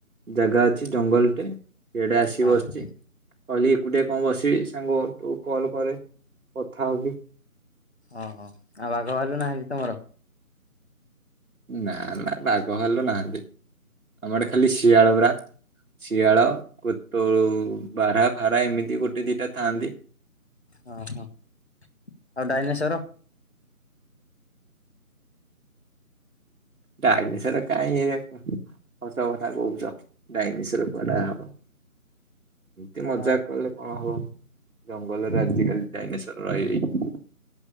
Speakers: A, on the right; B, on the left.
A: ଜାଗା ଅଛି ଜଙ୍ଗଲଟେ। ଇଆଡ଼େ ଆସିି
B: ହଁ
A: ବସିଛି କହିଲି ଏକୁଟିଆ କଣ ବସିବି ସାଙ୍ଗ ଟ କଲ କରେ। କଥା ହବି।
B: ଅ ହ‌‌‌ ଆଉ ବାଘ, ଭାଲୁ ନାହାଁନ୍ତି ତମର?
A: ନା ନା ବାଘ, ଭାଲୁ ନାହାନ୍ତି। ଆମ ଆଡ଼େ ଖାଲି ଶିଆଳ ଗୁରା ଶିଆଳ, କୁତୁଳୁ ବାରା ଫାରା ଏମିତି ଗୋଟେ ଦିଟା ଥାଆନ୍ତି।
B: ହଁ ହଁ ଆଉ ଡାଇନେଶର।
A: ଡାଇନେଶର କାଇଁ ଏ ହସ କଥା କହୁଛ ଡାଇନେଶର। କୁଆଡା ହବ ଏମିତି ମଜା
B: ହଁ
A: କଲେ କଣ ହବ। ଜଙ୍ଗଲରେ ଆଜିକାଲି ଡ଼ାଇନେଶ୍ୱର ରହିବେ କି?